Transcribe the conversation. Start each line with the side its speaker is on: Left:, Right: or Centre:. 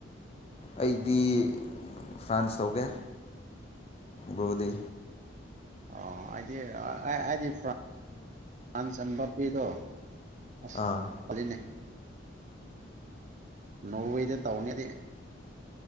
Left: ꯑꯩꯗꯤ ꯐ꯭ꯔꯥꯟꯁ ꯇꯧꯒꯦ ꯕ꯭ꯔꯣꯗꯤ
Right: ꯑ ꯑꯩꯗꯤ ꯑꯩꯗꯤ ꯐ꯭ꯔꯥꯟ ꯐ꯭ꯔꯥꯟꯁ ꯑꯝꯕꯞꯄꯤꯗꯣ ꯑꯁ
Left: ꯑꯥ
Right: ꯐꯅꯦ ꯅꯧ ꯋꯥꯖꯦꯗ ꯇꯎꯅꯦꯗꯤ